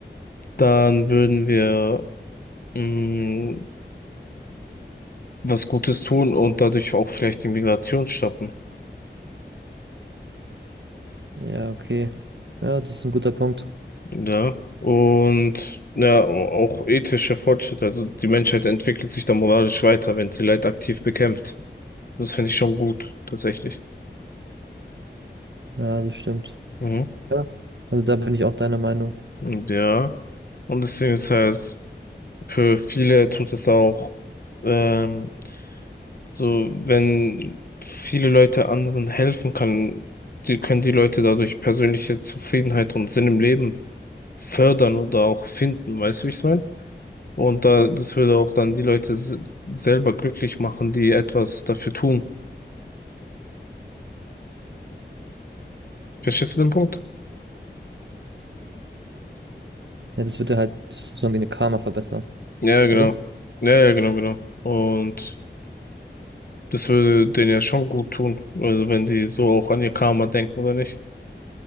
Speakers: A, on the left (about 55°); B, on the right (about 75°).
A: dann würden wir mh, was Gutes tun und dadurch auch vielleicht die Migration stoppen.
B: Ja, okay. Ja, das ist ein guter Punkt.
A: Ja, und ja, auch ethischer Fortschritt. Also die Menschheit entwickelt sich da moralisch weiter, wenn sie Leid aktiv bekämpft. Das finde ich schon gut, tatsächlich.
B: Ja, das stimmt.
A: Mhm.
B: Ja. Also da bin ich auch deiner Meinung.
A: Und Ja. Und deswegen ist halt, für viele tut es auch, ähm, so, wenn viele Leute anderen helfen kann, die können die Leute dadurch persönliche Zufriedenheit und Sinn im Leben fördern oder auch finden. Weißt du, wie ich es meine? Und da, das würde auch dann die Leute s- selber glücklich machen, die etwas dafür tun. Verstehst du den Punkt?
B: Ja, das würde halt sozusagen deine Karma verbessern,
A: Ja, genau.
B: oder?
A: Ja, ja, genau, genau. Und das würde denen ja schon gut tun. Also wenn die so auch an ihr Karma denken, oder nicht?